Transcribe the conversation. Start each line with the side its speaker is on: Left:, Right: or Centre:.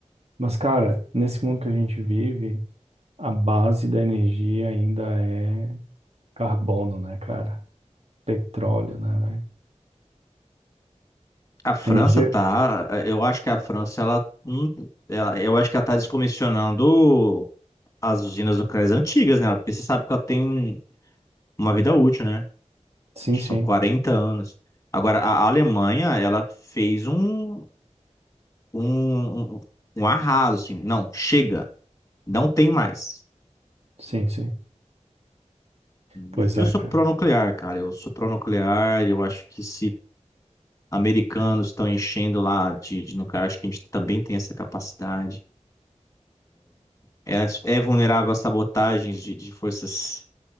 Right: Mas, cara, nesse mundo que a gente vive, a base da energia ainda é carbono, né, cara? Petróleo, né, velho?
Left: A França
Right: A energia.
Left: tá, eu acho que a França ela, hum, ela- eu acho que ela tá descomissionando as usinas nucleares antigas, né? Porque você sabe que ela tem uma vida útil, né?
Right: Sim,
Left: Acho
Right: sim.
Left: que São 40 anos. Agora, a Alemanha, ela fez um, um, um, um arraso, assim. Não, chega. Não tem mais.
Right: Sim, sim. Pois
Left: Eu, eu
Right: é,
Left: sou
Right: cara.
Left: pró-nuclear, cara. Eu sou pró-nuclear. Eu acho que se americanos estão enchendo lá de, de nuclear, acho que a gente também tem essa capacidade. É, é vulnerável a sabotagens de, de forças